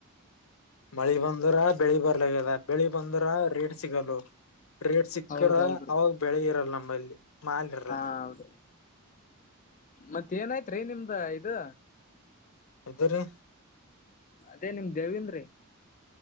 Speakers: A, on the left (about 70°); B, on the left (about 35°).
A: ಮಳಿ ಬಂದ್ರ ಬೆಳಿ ಬರ್ಲಕ್ಕದ ಬೆಳಿ ಬಂದ್ರ ರೇಟ್ ಸಿಗಲ್ಲ ರೇಟ್ ಸಿಕ್ಕರ
B: ಹೌದೌದ್ರಿ
A: ಅವಾಗ ಬೆಳಿ ಇರಲ್ಲ ನಮ್ಮಲ್ಲಿ ಮಾಲ್ ಇರಲ್ಲ
B: ಹಾ ಹೌದ ಮತ್ತ ಏನಾಯ್ತ್ ರೀ ನಿಮ್ದ ಇದು
A: ಇದರೆ
B: ಅದೇ ನಿಮ್ ದೇವಂದ್ರಿ